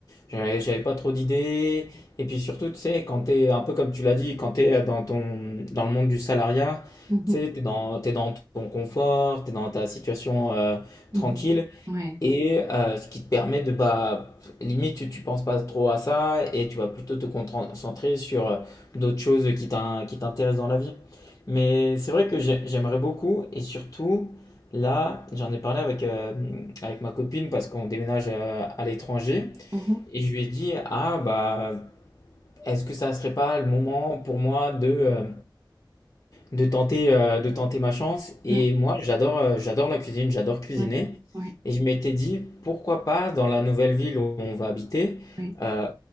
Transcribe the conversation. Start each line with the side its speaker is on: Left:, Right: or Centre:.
Left: j'avais j'avais pas trop d'idées. Et puis surtout, tu sais, quand t'es, un peu comme tu l'as dit, quand t'es dans ton, dans le monde du salariat,
Right: mhm,
Left: tu sais, t'es dans, t'es dans ton confort, t'es dans ta situation, euh,
Right: mhm,
Left: tranquille.
Right: mhm. Ouais.
Left: Et euh, ce qui te permet de, bah, limite, tu, tu penses pas trop à ça et tu vas plutôt te concentrer sur euh, d'autres choses qui t'in- qui t'intéressent dans la vie. Mais c'est vrai que j'ai- j'aimerais beaucoup et surtout, là, j'en ai parlé avec, euh, avec ma copine parce qu'on déménage euh, à l'étranger
Right: Mhm,
Left: et je lui ai dit, ah, bah, est-ce que ça serait pas le moment pour moi de, euh, de tenter, euh, de tenter ma chance. Et
Right: mhm,
Left: moi, j'adore, euh, j'adore la cuisine, j'adore cuisiner.
Right: Oui, oui,
Left: Et je m'étais dit, pourquoi pas, dans la nouvelle ville où on va habiter,
Right: oui,
Left: euh,